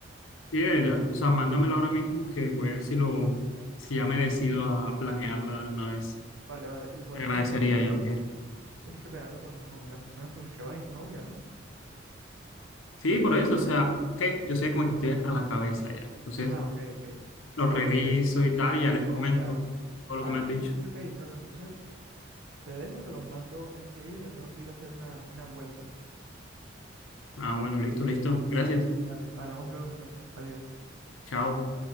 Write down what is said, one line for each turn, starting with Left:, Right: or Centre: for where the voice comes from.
Left: Y de verdad, o sea, mándamelo ahora mismo que voy a ver si lo, si ya me decido a planearla de una vez.
Right: Vale, vale. Igual
Left: Te agradecería,
Right: también tienes que,
Left: Jean-Pierre.
Right: tienes que planearlo con, con las personas con las que vas y tu novia, ¿no?
Left: Sí, por eso, o sea, que yo sé como que estoy a la cabeza ya. Entonces,
Right: Ah, ok, ok.
Left: lo reviso
Right: El líder,
Left: y tal y ya les comento
Right: ya.
Left: todo
Right: Ah,
Left: lo que me
Right: no,
Left: has dicho.
Right: sí, sí, ok. Bueno, entonces te dejo, te los mando enseguida. Yo tengo que ir a hacer una, una vuelta.
Left: Ah, bueno, listo, listo. Gracias.
Right: Vale, hablamos luego entonces. Adiós.
Left: Chao.